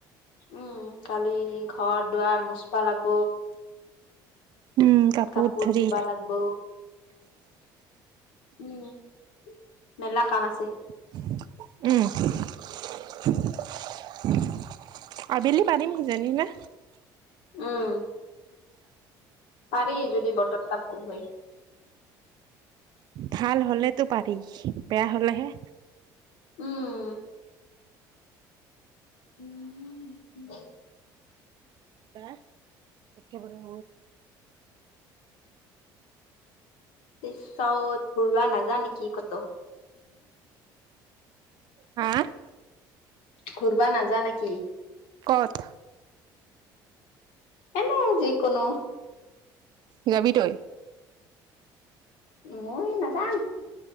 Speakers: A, on the left; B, on the right.
A: উম কালি ঘৰ দুৱাৰ মুোচপা লাগ।
B: উম,
A: কাপোৰ
B: ধৰি
A: ধুবা লাগিব উম। মেলা কাম আছে।
B: উম আবেলি পাৰিম সিজানি ন।
A: উম পি যদি বতৰটা ভাল হয়
B: ভাল হলেতো পাৰি বেয়া হলেহে
A: উম উম হ
B: এ একেবাৰে
A: পিছ ঘুৰবা নাযা নেকি কতো
B: হা
A: ঘুৰবা নাজা নে কি
B: কত
A: এনে যিকোনো
B: যাবি তই
A: মই নাজাঙ